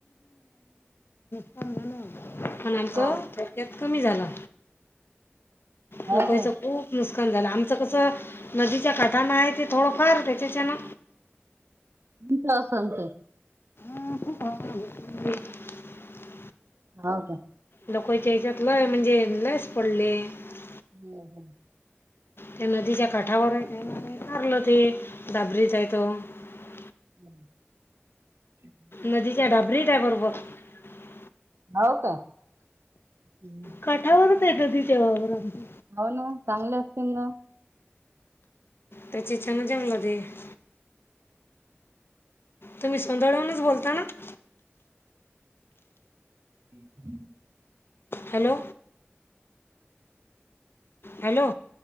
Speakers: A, on the left; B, on the right.
A: सांगना पण आमचा
B: हो.
A: थोडक्या कमी झाला.
B: हो
A: लोकवयचा
B: काय?
A: खूप नुसकान झालं आमचं कसं नदीच्या काठाना आहे ते थोडंफार त्याच्या चनं
B: मी प्ला सांगते.
A: मला खूप आवड होती. <unintelligible>
B: हा का?
A: लकोच्या हच्यातलं म्हणजे लच पडले <unintelligible>
B: हम् हम् <unintelligible>
A: त्या नदीच्या काठावर य मारलं ते दाबरीच य तो <unintelligible>
B: हम् <unintelligible>
A: नदीच्या ढाबणीत आहे बरोबर <unintelligible>
B: हो का <unintelligible> हम्म.
A: काठावरर तेडदी जवावरर आ <unintelligible>
B: हो ना चांगले असतील ना <unintelligible>
A: ते चिचाां ना जमला दे <unintelligible> तुम्हीोंदडळवूनच बोलता ना <unintelligible>
B: ह <unintelligible>
A: हॅलो हॅलो